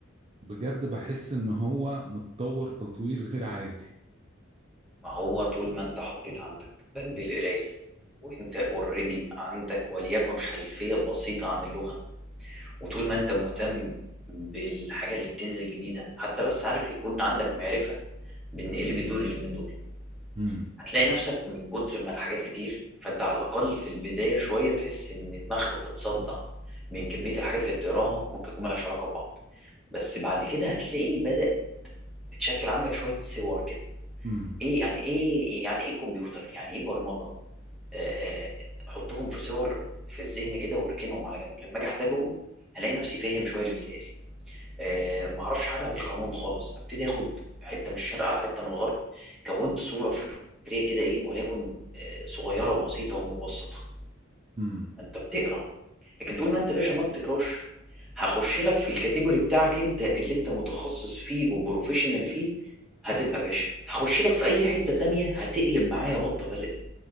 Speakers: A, on the right (about 30°); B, in the centre.
A: بجد بحس ان هو متطور تطوير غير عادي
B: ما هو طول ما انت حطيت عندك بند القراية وانت اوريدي عندك وليكن خلفية بسيطة عن اللغة وطول ما انت مهتم بالحاجة اللي بتنزل جديدة حتى بس عارف يكون عندك معرفة بان ايه اللي بيدور اليومين دول
A: امم
B: هتلاقي نفسك من كتر ما الحاجات كتير فانت على الاقل في البداية شوية تحس ان دماغك بتصدع من كمية الحاجات اللي بتقراها ممكن يكون ملهاش علاقة ببعض بس بعد كده هتلاقي بدأ تتشكل عندك شوية صور كده
A: امم
B: ايه يعني ايه يعني ايه كمبيوتر يعني ايه برمجه آه، آه، حطهم في صور في الذهن كده واركنهم على جنب لما اجي احتاجهم هلاقي نفسي فاهم شويه اللي بيتقال آه، معرفش حاجه عن القانون خالص ابتدي اخد حته من الشرق على حته من الغرب كونت صوره فكريه كده ايه وليكن آه، صغيره وبسيطه ومبسطه
A: امم
B: ما انت بتقرا لكن طول ما انت يا باشا ما بتقراش هخش لك في الكاتيجوري بتاعك انت اللي انت متخصص فيه وبروفيشنال فيه هتبقى باشا هخش لك في اي حتة تانية هتقلب معايا بطة بلدي